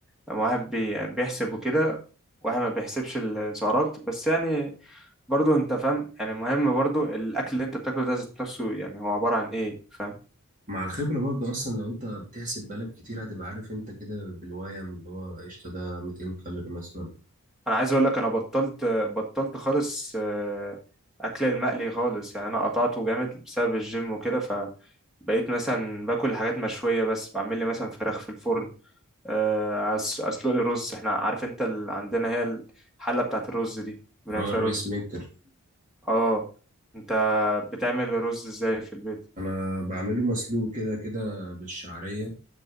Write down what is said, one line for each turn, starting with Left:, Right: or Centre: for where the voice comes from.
Centre: لما واحد بي يعني بيحسب وكده واحد ما بيحسبش السعرات بس يعني برضو انت فاهم يعني مهم برضو الاكل اللي انت بتاكله ده ذات نفسه يعني هو عبارة عن ايه فاهم
Right: مع الخبرة برضو أصلا لو أنت بتحسب بالك كتير هتبقى عارف أنت كده بالويم اللي هو قشطة ده 200 كالوري مثلا
Centre: انا عايز اقول لك انا بطلت بطلت خالص آه، اكل المقلي خالص يعني انا قطعته جامد بسبب الجيم وكده فبقيت مثلا باكل حاجات مشوية بس بعمل لي مثلا فراخ في الفرن آه، أس- اسلق لي رز احنا عارف انت ال- عندنا هي الحلة بتاعت الرز دي بنعمل
Right: اه
Centre: فيها
Right: الرايس
Centre: رز
Right: ميكر
Centre: اه انت بتعمل الرز ازاي في البيت
Right: أنا بعمله مسلوق كده كده بالشعرية